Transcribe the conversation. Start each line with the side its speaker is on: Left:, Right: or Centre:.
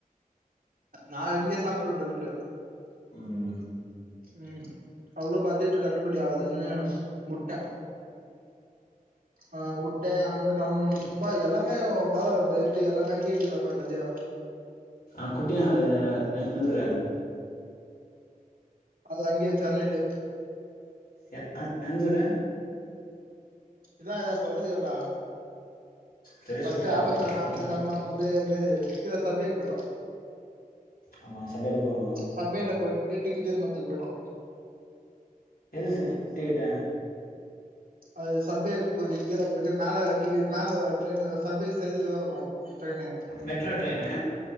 Right: நா இங்க சாப்டு வண்டே வீட்ல
Left: ம்
Right: ம் அவ்ளோ பட்ஜெட் கட்டுபடி ஆகதுன்னு முட்ட ஆ உட்டேன் அங்கந்து கெளம்ணு இப்பா எல்லாமே பரவால பெல்ட் எல்லாம கேக்குதாப்ப நெர்யா
Left: ஆ குட்டியா அது எந்தூர
Right: அது அங்கேய சென்னைலே
Left: எ அ ஆ என்சுர
Right: இற்றா இற்றா சொல்றது கேள்றா
Left: சரியா
Right: பஸ்ட்
Left: சொல்றா
Right: ஆட்டோ ஸ்டாண்ல
Left: சொல்ல
Right: அங்கந்து
Left: மாட்ட
Right: கெளம்புனா அங்கந்து என்னது கீழ சபேக்கு போயிட்டோம்
Left: ஆமா சபையில போகணு
Right: சபேல போயிட்டு டிக்கிட்டு வர்னு துக்கு போயிடு
Left: எது சுத்தி கிட்டேன்
Right: அது சப்வேகொஞ்ச கீழ போயிட்டு மேல டிக்கு மேல train subway train
Left: metro train